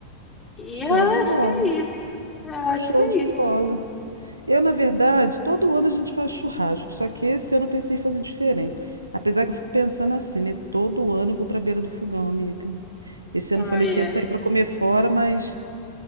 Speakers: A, on the left; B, on the right.
A: E
B: show
A: eu
B: de
A: acho
B: bola.
A: que é isso. Eu acho
B: Show
A: que é
B: de
A: isso.
B: bola. Eu, na verdade, todo ano a gente faz churrasco, só que esse ano eu pensei em fazer diferente. Apesar que eu fico pensando assim, né? Todo ano eu vou para a beira do fogão, amiga. Esse
A: Ah,
B: ano eu falei
A: é.
B: que ia sair para comer fora, mas